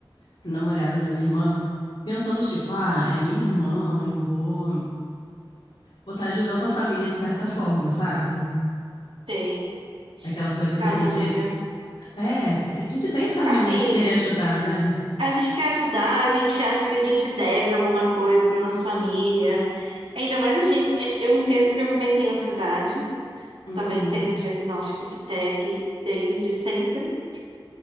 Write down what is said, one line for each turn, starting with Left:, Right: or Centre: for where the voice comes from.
Left: pro namorado da minha irmã, pensando, tipo, ah, é minha irmã, eu vou, vou estar ajudando a família de certa forma, sabe?
Right: Sei.
Left: Aquela coisa
Right: Nossa,
Left: que a gente
Right: amiga.
Left: É, que a gente tem essa
Right: Assim,
Left: mania de querer ajudar, né?
Right: a gente quer ajudar, a gente acha que a gente deve alguma coisa para nossa família. Ainda mais a gente. eh, Eu entendo porque eu também tenho ansiedade.
Left: Uhum.
Right: Também tenho diagnóstico de TAG desde sempre.